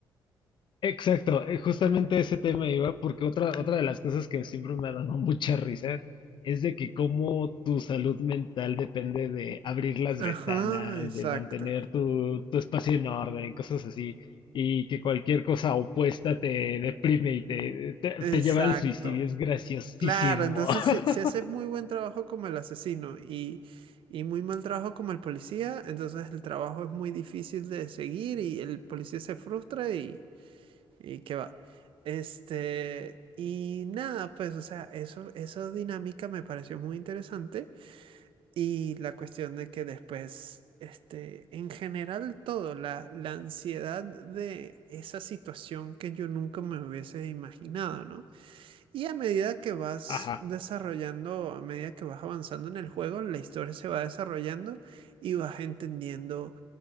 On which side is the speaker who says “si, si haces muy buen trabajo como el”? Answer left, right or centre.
Right